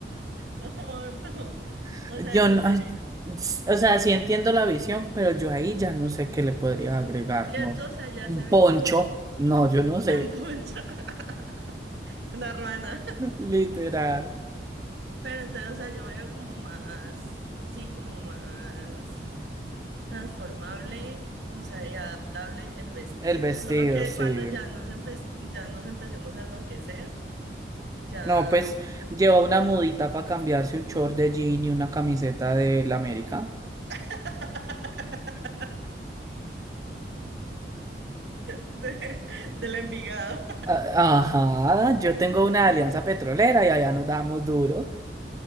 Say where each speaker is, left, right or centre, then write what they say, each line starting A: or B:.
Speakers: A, on the right; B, on the right.
A: Tonto.
B: <laughs>
A: O sea,
B: Yo
A: eso
B: no,
A: sería.
B: ay, s- o sea, sí entiendo la visión, pero yo ahí ya no sé qué le podrías agregar,
A: ¿Cierto?
B: amor.
A: O sea, ya
B: Un
A: se ve
B: poncho.
A: como un
B: No, yo no sé.
A: Poncho, <laughs> una ruana.
B: <laughs> Literal.
A: Pero entonces, o sea, yo veo como más, sí, como más transformable, o sea, y adaptable el vestido.
B: El vestido,
A: Solo que
B: sí.
A: cuando ya nos empe- ya nos empecemos a enloquecer, ya
B: No, pues lleva una mudita para cambiarse un short de jean y una camiseta del América.
A: <laughs> de- del Envigado.
B: Ah, Ajá, yo
A: <laughs>
B: tengo una alianza petrolera y allá nos damos duro.